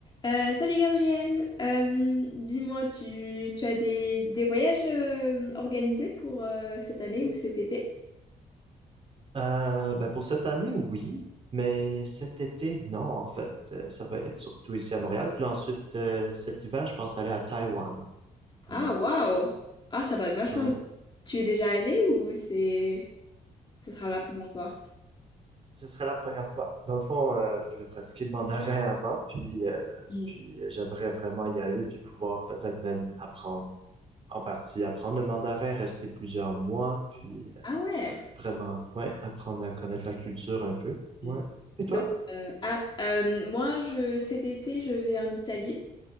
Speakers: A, on the left (about 30°); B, on the right (about 40°).
A: Euh, salut Gabriel, Euh, dis-moi, tu, tu as des, des voyages euh, organisés pour euh, cette année ou cet été?
B: Euh, ben pour cette année, oui, mais cet été, non, en fait. Euh, ça va être surtout ici à Montréal. Puis là, ensuite, euh, cet hiver, je pense aller à Taïwan.
A: Ah
B: Ouais.
A: waouh! Ah ça doit être vachement...
B: Ouais.
A: cool. Tu es déjà allé ou c'est... Ce sera la première fois?
B: Ce serait la première fois. Dans le fond, euh, je vais pratiquer le mandarin <laughs> avant, puis, euh,
A: Mhm.
B: puis euh, j'aimerais vraiment y aller, puis pouvoir peut-être même apprendre en partie, apprendre le mandarin, rester plusieurs mois, puis euh,
A: Ah ouais!
B: vraiment, ouais, apprendre à connaître la culture un peu. Ouais.
A: Mhm.
B: Et toi?
A: Donc, euh, ah, euh, moi, je, cet été, je vais en Italie.